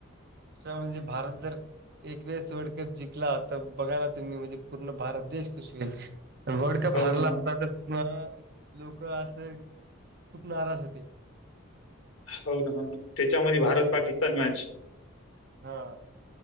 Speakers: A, on the right; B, on the left.
A: असं म्हणजे भारत जर एकवेस वर्ल्ड कप जिंला तर बघा ना तुम्ही म्हणजे पूर्ण भारत देश कुशी होईल वर्ल्ड कप
B: हो
A: हारला
B: ना, हो ना.
A: होता तर लोक असं खूप नाराज होते
B: हो ना हो त्याच्यामध्ये भारत पाकिस्तान मॅच
A: हा